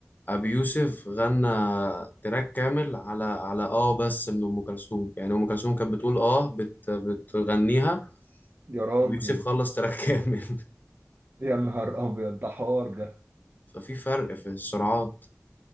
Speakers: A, on the left (about 35°); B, on the right (about 45°).
A: ابي يوسف غنى تراك كامل على على اه بس من ام كلثوم يعني ام كلثوم كانت بتقول اه بت بتغنيها
B: يا راجل
A: ابي يوسف خلص تراك كامل
B: يا نهار ابيض ده حوار ده
A: <laughs> ففي فرق في السرعات